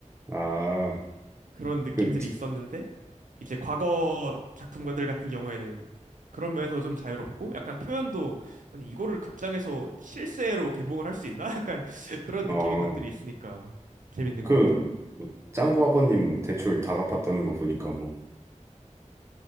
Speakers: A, on the right; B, on the right.
A: 아,
B: 그런 느낌들이
A: 그,
B: 있었는데 이제 과거 작품들 같은 경우에는 그런 면에서 좀 자유롭고 약간 표현도 아니 이거를 극장에서 실제로 개봉을 할 수 있나? <laughs> 약간 그런 느낌인
A: 어,
B: 것들이 있으니까 재밌는
A: 그,
B: 것 같아요.
A: 짱구 아버님 대출 다 갚았다는 거 보니까 뭐